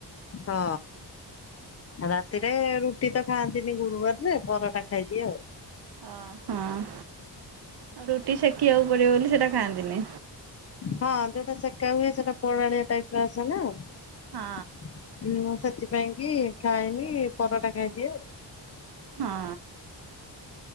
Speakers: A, on the left; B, on the right.
A: ହଁ। ରାତିରେ ରୁଟି ତ ଖାଆନ୍ତିନି ଗୁରୁବାରରେ ପରଟା ଖାଇଦିଏ ଆଉ।
B: ହ ହଁ। ରୁଟି ସେକିିବାକୁ ପଡିବ ବୋଲି ସେଇଟା ଖାଆନ୍ତିନି।
A: ହଁ ଯୋଉଟା ସେକା <unintelligible> କି
B: ହଁ
A: ଖାଇନି ପରଟା ଖାଇଦିଏ।
B: ହଁ।